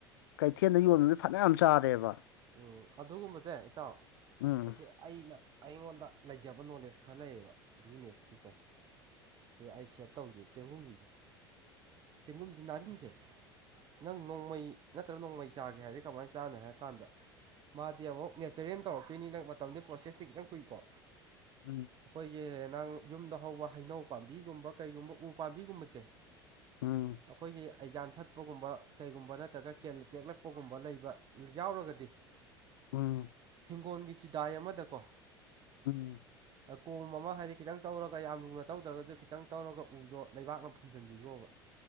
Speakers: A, on the left (about 65°); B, on the right (about 35°).
A: ꯀꯩꯊꯦꯜꯗ ꯌꯣꯟꯕꯁ ꯐꯅ ꯌꯥꯝ ꯆꯥꯔꯦꯕ
B: ꯎꯝ ꯑꯗꯨꯒꯨꯝꯕꯁꯦ ꯏꯇꯥꯎ
A: ꯎꯝ
B: ꯃꯁꯤ ꯑꯩꯅ ꯑꯩꯉꯣꯟꯗ ꯂꯩꯖꯕ ꯅꯣꯂꯦꯖ ꯈꯔ ꯂꯩꯌꯦꯕ ꯕꯤꯖꯤꯅꯦꯁꯀꯤꯀꯣ ꯁꯤ ꯑꯩ ꯁꯦꯠ ꯇꯧꯈꯤꯕ ꯆꯦꯡꯒꯨꯝꯒꯤꯁꯦ ꯆꯦꯡꯒꯨꯝꯁꯦ ꯅꯥꯔꯤꯟꯁꯦ ꯅꯪ ꯅꯣꯡꯃꯩ ꯅꯠꯇ꯭ꯔꯒ ꯅꯣꯡꯃꯩ ꯆꯥꯒꯦ ꯍꯥꯏꯔꯗꯤ ꯀꯃꯥꯏꯅ ꯆꯥꯅ ꯍꯥꯏ ꯀꯥꯟꯗ ꯃꯥꯗꯤ ꯑꯃꯨꯛ ꯅꯦꯆꯔꯦꯜ ꯇꯧꯔꯛꯇꯣꯏꯅꯤ ꯅꯪ ꯃꯇꯝꯗꯨ ꯄ꯭ꯔꯣꯁꯦꯁꯇꯤ ꯈꯤꯇꯪ ꯀꯨꯏꯀꯣ
A: ꯎꯝ
B: ꯑꯩꯈꯣꯏꯒꯤ ꯅꯍꯪ ꯌꯨꯝꯗ ꯍꯧꯕ ꯍꯩꯅꯧ ꯄꯥꯝꯕꯤꯒꯨꯝꯕ ꯀꯩꯒꯨꯝꯕ ꯎ ꯄꯥꯝꯕꯤꯒꯨꯝꯕꯁꯦ
A: ꯎꯝ
B: ꯑꯩꯈꯣꯏꯒꯤ ꯑꯩ ꯌꯥꯟꯊꯠꯄꯒꯨꯝꯕ ꯀꯩꯒꯨꯝꯕ ꯅꯠꯇ꯭ꯔꯒ ꯀꯦꯜꯂ ꯇꯦꯛꯂꯛꯄꯒꯨꯝꯕ ꯂꯩꯕ ꯌꯥꯎꯔꯒꯗꯤ
A: ꯎꯝ
B: ꯍꯤꯡꯒꯣꯜꯒꯤ ꯆꯤꯗꯥꯏ ꯑꯃꯗꯀꯣ
A: ꯎꯝ
B: ꯀꯣꯝ ꯑꯃ ꯍꯥꯏꯗꯤ ꯈꯤꯇꯪ ꯇꯧꯔꯒ ꯌꯥꯝ ꯂꯨꯅ ꯇꯧꯗ꯭ꯔꯒꯁꯨ ꯈꯤꯇꯪ ꯇꯧꯔꯒ ꯎꯗꯣ ꯂꯩꯕꯥꯛꯅ ꯐꯨꯟꯖꯟꯕꯤꯈꯣꯕ